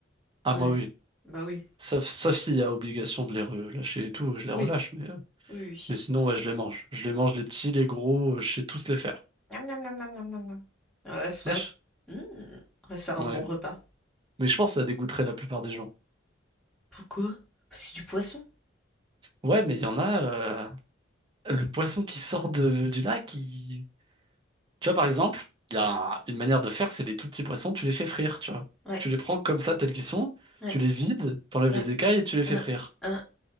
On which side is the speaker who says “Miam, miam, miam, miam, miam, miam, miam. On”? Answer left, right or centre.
Centre